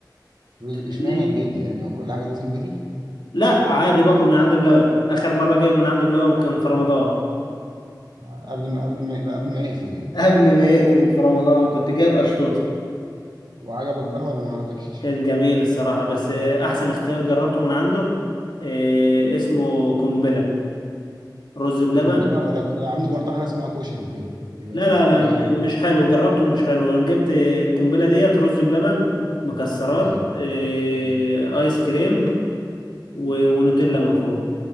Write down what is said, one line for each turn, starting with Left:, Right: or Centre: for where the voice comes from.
Right: رز
Left: فاهمني
Right: اشمعنى البيتي يعني هو كل حاجه لازم بيتي
Left: لا عادي باكل من عندي بلبن اخر مره جايب من عندي بلبن كان في رمضان
Right: آه، قبل ما قبل ما قبل ما يقفل يعني
Left: قبل ما يقفل في رمضان كنت جايب اشطوطه
Right: وعجبك بقى ولا ما عجبكش
Left: كان جميل الصراحه بس آه، احسن اختيار جربته من عنده إيه اسمه قنبله رز بلبن
Right: قنبله ولا ك- عنده برضه حاجه اسمها كشري كده يبقى
Left: لا لا لا
Right: جواه
Left: م- مش حلو جربته مش حلو انا جبت القنبله ديت رز بلبن مكسرات
Right: ايوه
Left: إيه
Right: مم.
Left: ايس كريم و- ونوتيلا من فوق